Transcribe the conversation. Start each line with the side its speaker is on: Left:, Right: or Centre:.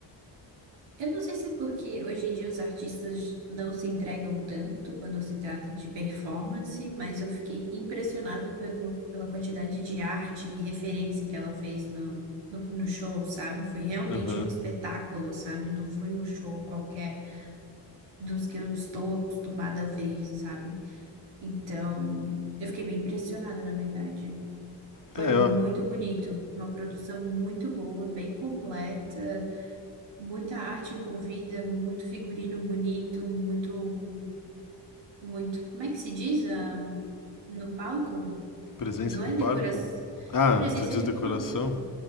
Right: eu não sei se é porque hoje em dia os artistas não se entregam tanto quando se trata de performance, mas eu fiquei impressionada pelo, pela quantidade de arte e referência que ela fez no, no, no show, sabe? Foi realmente
Left: Aham.
Right: um espetáculo, sabe? Não foi um show qualquer dos que eu estou acostumada a ver, sabe? Então, eu fiquei bem impressionada, na verdade.
Left: É,
Right: Foi muito
Left: ó,
Right: bonito, uma produção muito boa, bem completa. Muita arte envolvida, muito figurino bonito, muito, muito. Como é que se diz? ah, no palco?
Left: Presença
Right: Não
Left: de
Right: é
Left: Parco.
Right: decoração.
Left: Ah,
Right: Presença
Left: tu diz
Right: de
Left: decoração?
Right: palco